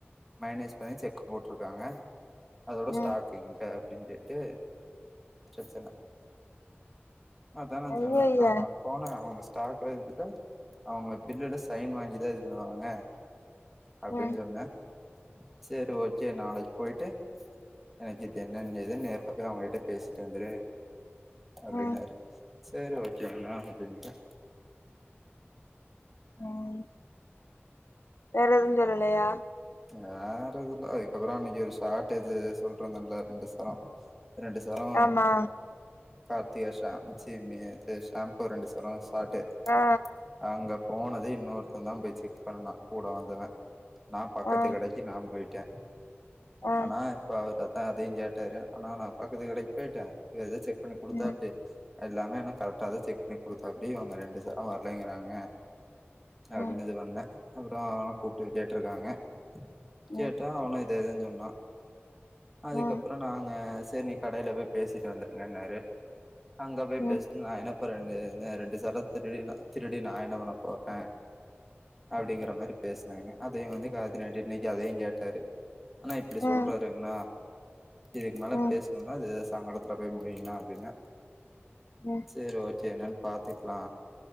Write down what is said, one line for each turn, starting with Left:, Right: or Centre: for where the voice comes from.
Centre: மைனஸ் பண்ணி செக் போட்டிருக்காங்க அதோட
Left: ம்
Centre: ஸ்டாக் அப்ப இங்க அப்டின் கேட்டு பிரச்சன அதா நா
Left: அய்யய்ய
Centre: சொன்னே நா நான் போனே அவுங்க ஸ்டாக் எடுத்துட்டா அவுங்க பில்லுல சைன் வாங்கிதா இது பண்ணுவாங்க அப்டின்
Left: ம்
Centre: சொன்ன சேரி ஓகே நாளைக்கி போயிட்டு எனக்கு இது என்னன்னு இது நேர்ல போய் அவுங்ககிட்ட பேசிட்டு வந்துரு அப்டின்னாரு
Left: ம்
Centre: சேரி ஓகேங்ணா அப்டின்ட
Left: ம் வேற எதுவு சொல்லலையா
Centre: வேற எதுவு இல்ல இப்ப கூடோ அன்னைக்கி ஒரு ஷார்ட்டேஜ் சொல்லிட்ருந்தே இல்ல ரெண்டுசரோ ரெண்டு சரோ
Left: ஆமா
Centre: கார்த்திகா ஷா சி மி இது ஷாம்பூ ரெண்டு சரோ பாட்டு
Left: ஆ
Centre: அங்கப் போனது இன்னொருத்த தா போய் செக் பண்ணுனா கூட வந்தவ நா பக்கத்து
Left: ஆ
Centre: கடைக்கி நா போயிட்டே
Left: ஆ
Centre: ஆனா இப்ப அவர்ட்டதா அதையு கேட்டாரு அண்ணா நா பக்கத்து கடைக்கு போயிட்ட ஏதோ செக் பண்ணி குடுத்தாப்புடி
Left: ம்
Centre: எல்லாமே ஆனா கரெக்டா தா செக் பண்ணி குடுத்தாப்புடி அவுங்க ரெண்டு சரோ வர்லைங்கிறாங்க
Left: ம்
Centre: அப்டின்னு இது பண்ணே அப்றோ அவன கூப்டு கேட்ருக்காங்க கேட்டா
Left: ம்
Centre: அவுனு இதே தா சொன்னா அதுக்கப்றோ
Left: ம் ம்
Centre: நாங்க சேரி நீ கடையில போயி பேசிட்டு வந்துட்றேன்னாரு அங்க போயி
Left: ம்
Centre: பேசுனா நா என்ன இப்ப ரெண்டு இந்த ரெண்டு சரோ திருடி நா திருடி நா என்ன பண்ண போறே அப்டிங்கிற மாரி பேஸ்னாங்க அதையு வந்து காயத்ரி அண்ணி கிட்ட அதையு கேட்டாரு அண்ணா இப்டி
Left: ம்
Centre: சொல்றாருங்ணா இதுக்கு மேல
Left: ம்
Centre: பேசுணும்னா இது சாங்கடத் துல போய் முடியு நா அப்டின்ன
Left: ம்
Centre: சேரி ஓகே என்னன்னு பாத்துக்லா